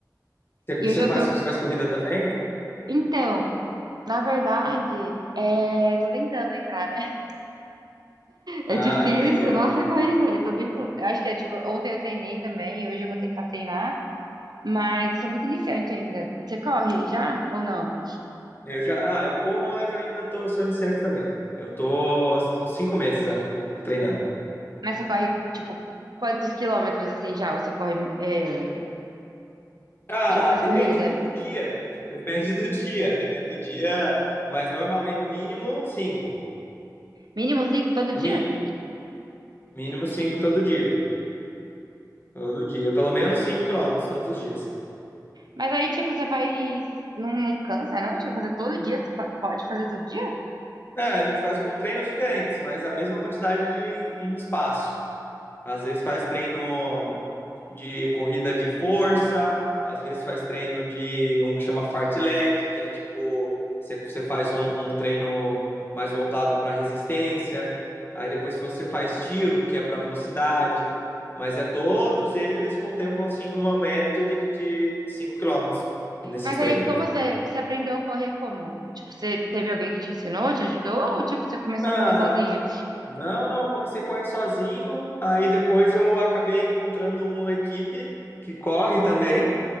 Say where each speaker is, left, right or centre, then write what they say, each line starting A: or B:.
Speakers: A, on the left; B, on the right.
A: Você, você
B: E eu já
A: faz,
B: tô.
A: você faz corrida também?
B: Então, na verdade, é... eu tô tentando entrar, né? <laughs> É
A: Ah,
B: difícil,
A: entendeu.
B: nossa corrida, eu tô tentando. Eu acho que é tipo, ontem eu treinei também, hoje eu vou tentar treinar. Mas eu sou muito iniciante ainda. Você corre já ou não?
A: Eu já, ah, eu corro, mas ainda tô, sou iniciante também. Eu tô há uns cinco meses ah, treinando.
B: Mas você corre, tipo, quantos quilômetros assim já? Ou você corre, é,
A: Ah,
B: já faz
A: depende
B: corrida?
A: do dia. Depende do dia, depende do dia. Mas normalmente, o mínimo, cinco.
B: Mínimo cinco todo dia?
A: O mínimo, mínimo cinco todo dia. Todo dia. Pelo menos cinco quilômetros, todos os dias.
B: Mas aí, tipo, você faz. Não, não cansa, não? Tipo, fazer todo dia? Você fa- pode fazer todo dia?
A: É, a gente faz com treinos diferentes, mas a mesma quantidade de em espaço. Às vezes faz treino de corrida de força, às vezes faz treino de um que chama fartlek, que é tipo, você, você faz um, um treino mais voltado para resistência. Aí depois você faz tiro, que é para velocidade. Mas é todos eles contemplam assim uma média de, de 5 km nesses
B: Mas
A: treinos.
B: aí, como você, você aprendeu a correr como? Tipo, você teve alguém que te ensinou, te ajudou? Ou, tipo, você começou
A: Ah,
B: a correr sozinha?
A: Não, não, eu comecei a correr sozinho, aí depois eu acabei encontrando uma equipe que corre também.